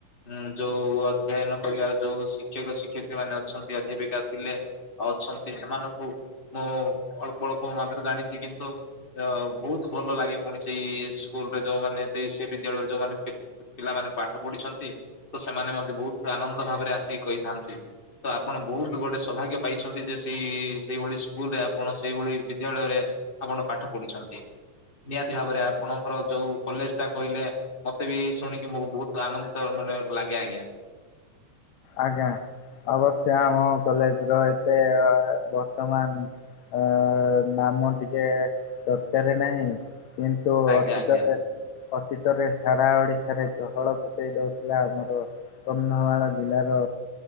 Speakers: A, on the left; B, on the left.
A: ଉଁ ଯୋଉ ଅଧ୍ୟୟନ କରିବାର ଯୋଉ ଶିକ୍ଷକ ଶିକ୍ଷୟିତ୍ରୀ ମାନେ ଅଛନ୍ତି ଅଧାପିକା ଥିଲେ ଅଛନ୍ତି ସେମାନଙ୍କୁ ମୁଁ ଅଳ୍ପ ଅଳ୍ପ ମାତ୍ର ଜାଣିଛି କିନ୍ତୁ ଅ ବହୁତ ଭଲ ଲାଗେ କୌଣସିଇ ସ୍କୁଲରେ ଯୋଉମାନେ ସେ ବିଦ୍ୟାଳୟ ଯଉ ମମାନେ ପିଲାମାନେ ପାଠ ପଢିଛନ୍ତି ତ ସେମାନେ ମଧ୍ୟେ ବହୁତ ଆନନ୍ଦ ଭାବରେ ଆସିକି କହିଥାନ୍ତି ତ ଆପଣ ବହୁତ ଗୋଟେ ସୌଭାଗ୍ୟ ପାଇଛନ୍ତି ଯେ ସେଇ ସେଇଭଳି ସ୍କୁଲ ରେ ଆପଣ ସେଇଭଳି ବିଦ୍ୟାଳୟରେ ଆପଣ ପାଠ ପଢିଛନ୍ତି ନିହାତି ଭାବରେ ଆପଣଙ୍କର ଯୋଉ କଲେଜ ଟା କହିଲେ ମତେ ବି ଶୁଣି ମୁ ବହୁତ ଆନନ୍ଦିତ ମନେ ଲାଗେ ଆଜ୍ଞା
B: ଆଜ୍ଞା ଅବଶ୍ୟମ କଲେଜ ର ଏତେ ବର୍ତ୍ତମାନ ଅ ନାମ ଟିକେ ଚର୍ଚ୍ଚାରେ ନାହିଁ କିନ୍ତୁ
A: ଆଜ୍ଞା
B: ଅତୀତ
A: ଆଜ୍ଞା
B: ଅତୀତରେ ସାରା ଓଡ଼ିଶାରେ ଚହଳ ପକେଇ ଦେଉଥିଲା ଆମର କନ୍ଧମାଳ ବିିଲ ର